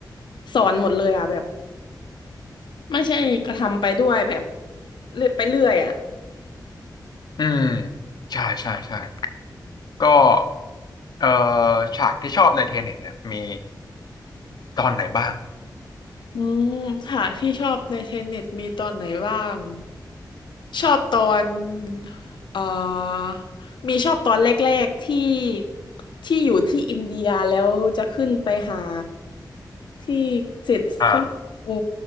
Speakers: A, on the left; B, on the left.
A: สอนหมดเลยอ่ะแบบไม่ใช่กระทำไปด้วยแบบเรื่อยไปเรื่อยอ่ะ
B: อืมใช่ใช่ใช่ ก็เอ่อฉากที่ชอบในเทเน็ตเนี่ยมีตอนไหนบ้าง
A: อืมค่ะที่ชอบในเทนเน็ตมีตอนไหนบ้างชอบตอนเอ่อมีชอบตอนแรกๆที่ที่อยู่ที่อินเดียแล้วจะขึ้นไปหาที่เสร็จเขาเออ
B: อ่า